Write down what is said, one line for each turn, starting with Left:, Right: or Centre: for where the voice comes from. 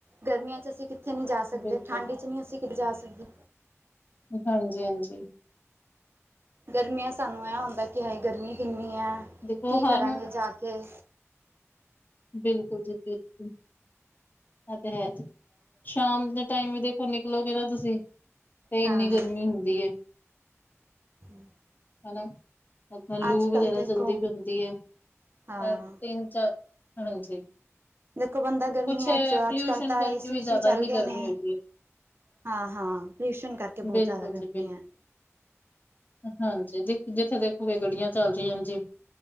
Right: ਗਰਮੀਆਂ ਚ ਅਸੀਂ ਕਿੱਥੇ ਨਹੀਂ ਜਾ ਸਕਦੇ
Left: ਬਿਲਕੁਲ
Right: ਠੰਡੀ ਚ ਨਹੀਂ ਅਸੀਂ ਬਜਾ ਸਕਦੇ
Left: ਹਾਂਜੀ ਹਾਂਜੀ
Right: ਗਰਮੀਆਂ ਸਾਨੂੰ ਇਹ ਆਉਂਦਾ ਕਿ ਹਾਏ ਗਰਮੀ ਕਿੰਨੀ ਹੈ।
Left: ਦੇਖੋ
Right: ਕੀ ਕਰਾਂਗੀ
Left: ਹਰ
Right: ਜਾ ਕੇ
Left: ਬਿਲਕੁਲ ਜੀ ਬਿਲਕੁਲ ਉਹ ਤੇ ਹੈ ਜੀ ਸ਼ਾਮ ਦੇ ਟਾਈਮ ਵੀ ਦੇਖੋ ਨਿਕਲੋਗੇ ਨਾ ਤੁਸੀਂ ਤੇ ਇੰਨੀ
Right: ਹਾਂ ਹਾਂ
Left: ਗਰਮੀ ਹੁੰਦੀ ਹੈ।
Right: <inaudible>
Left: ਹਨਾ ਆਪਣਾ ਲੂ
Right: ਅੱਜ
Left: ਵਗੈਰਾ
Right: ਕੱਲ੍ਹ ਦੇਖੋ
Left: ਚਲਦੀ ਪੈਂਦੀ ਹੈ ਅ
Right: ਹਾਂ
Left: ਤਿੰਨ ਚਾਰ <unintelligible>
Right: ਦੇਖੋ ਬੰਦਾ ਗਰਮੀਆਂ
Left: ਕੁਛ
Right: ਚ
Left: ਪੋਲਿਊਸ਼ਨ
Right: ਅੱਜ ਕੱਲ ਤਾਂ
Left: ਕਰਕੇ
Right: ਏਸੀ
Left: ਵੀ
Right: ਉਸੀ
Left: ਜ਼ਿਆਦਾ
Right: ਚੱਲ
Left: ਹੀ
Right: ਗਏ
Left: ਗਰਮੀ
Right: ਨੇ
Left: ਹੋਈ
Right: ਹਾਂ ਹਾਂ ਪਲੇਸ਼ਨ ਕਰਕੇ
Left: ਹੈ।
Right: ਬਹੁਤ
Left: ਬਿਲਕੁਲ
Right: ਜ਼ਿਆਦਾ ਕਰਦੇ
Left: ਜੀ ਬਿਲਕੁਲ
Right: ਹੈ।
Left: ਹਾਂਜੀ ਜਿੱਥੇ ਦੇਖੋਗੇ ਗੱਡੀਆਂ ਚਲਦੀ ਰਹਿੰਦੀ